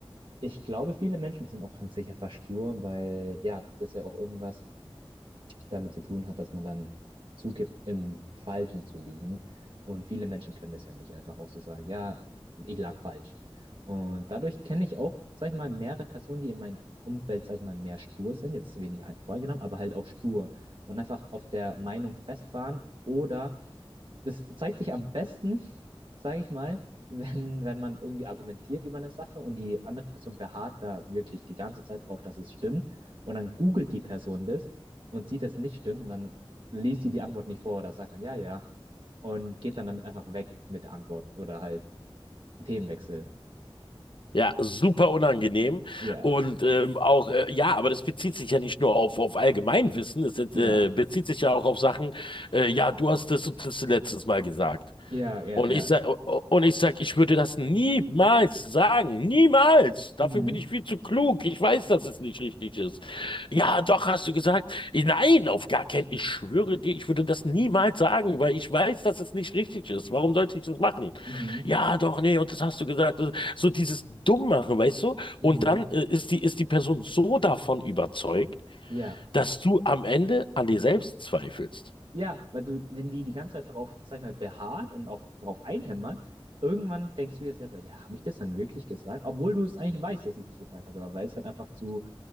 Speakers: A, on the right (about 60°); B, on the left (about 60°).
A: ich glaube, viele Menschen sind auch an sich einfach stur, weil ja, das ja auch irgendwas damit zu tun hat, dass man dann zugibt, im Falschen zu liegen. Und viele Menschen können das ja nicht einfach auch so sagen, ja, ich lag falsch. Und dadurch kenne ich auch, sag ich mal, mehrere Personen, die in meinem Umfeld, sag ich mal, mehr stur sind, jetzt weniger voreingenommen, aber halt auch stur und einfach auf der Meinung festfahren oder das zeigt sich am besten, sage ich mal, wenn, wenn man irgendwie argumentiert über eine Sache und die andere Person beharrt da wirklich die ganze Zeit drauf, dass es stimmt. Und dann googelt die Person das und sieht, dass es nicht stimmt. Und dann liest sie die Antwort nicht vor oder sagt dann ja, ja. Und geht dann damit einfach weg mit der Antwort oder halt Themenwechsel.
B: Ja, super unangenehm.
A: Ja,
B: Und ähm, auch, äh, ja, aber das bezieht sich ja nicht nur auf, auf Allgemeinwissen, es äh,
A: ja,
B: bezieht sich ja auch auf Sachen, äh, ja, du hast das und das letztes Mal gesagt.
A: ja, ja,
B: Und
A: ja.
B: ich sag, und ich sag, ich würde das niemals sagen. Niemals. Dafür
A: Mhm,
B: bin ich viel zu klug. Ich weiß, dass es nicht richtig ist. Ja, doch, hast du gesagt. Nein, auf gar keinen. Ich schwöre dir, ich würde das niemals sagen, weil ich weiß, dass es nicht richtig ist. Warum sollte ich das machen?
A: mhm,
B: Ja, doch, nee, und das hast du gesagt. So dieses Dummmachen, weißt du?
A: mhm.
B: Und dann äh, ist die, ist die Person so davon überzeugt,
A: Ja.
B: dass du am Ende an dir selbst zweifelst.
A: Ja, weil du, wenn die die ganze Zeit drauf, sag ich mal, beharrt und auch drauf einhämmert, irgendwann denkst du dir selber, ja, habe ich das dann wirklich gesagt? Obwohl du es eigentlich weißt, dass du es nicht gesagt hast, aber weil es halt einfach zu